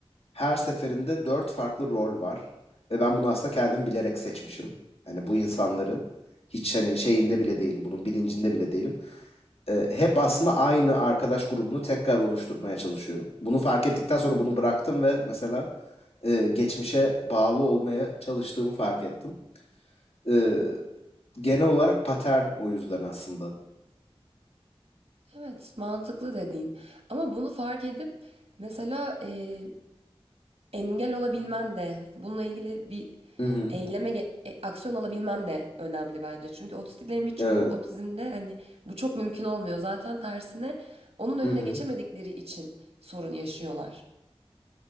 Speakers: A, on the left (about 75°); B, on the right (about 75°).
A: her seferinde dört farklı rol var. Ve ben bunu aslında kendim bilerek seçmişim. Hani bu insanları hiç hani şeyinde bile değilim, bunun bilincinde bile değilim. Ee, hep aslında aynı arkadaş grubunu tekrar oluşturmaya çalışıyorum. Bunu fark ettikten sonra bunu bıraktım ve mesela e, geçmişe bağlı olmaya çalıştığımı fark ettim. Ee, genel olarak patern o yüzden aslında.
B: Evet, mantıklı dediğin. Ama bunu fark edip mesela e, engel olabilmen de hani bununla ilgili bir
A: Hı hı.
B: eyleme ge- e, aksiyon alabilmen de önemli bence. Çünkü otistiklerin birçoğu
A: Evet.
B: otizmde hani bu çok mümkün olmuyor. Zaten tersine onun önüne
A: Hı hı.
B: geçemedikleri için sorun yaşıyorlar.